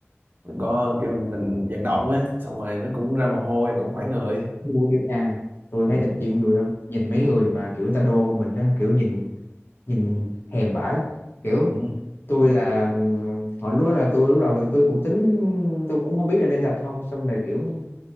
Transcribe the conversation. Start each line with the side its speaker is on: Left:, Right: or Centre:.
Right: mình có kiểu mình vận động á Xong rồi nó cũng ra mồ hôi, cũng khỏe người
Left: vui lắm nha tôi
Right: ừ,
Left: thấy tập gym vui lắm nhìn mấy người mà kiểu người ta đô hơn mình á kiểu nhìn nhìn thèm vãi kiểu
Right: ừ,
Left: tôi là ừm, hồi lúc đó là tôi lúc đầu thì tôi cũng tính tôi cũng không biết là nên tập không xong rồi kiểu